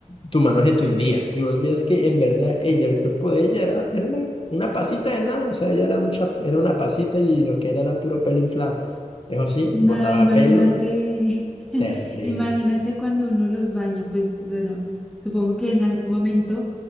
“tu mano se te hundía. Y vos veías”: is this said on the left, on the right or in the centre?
Left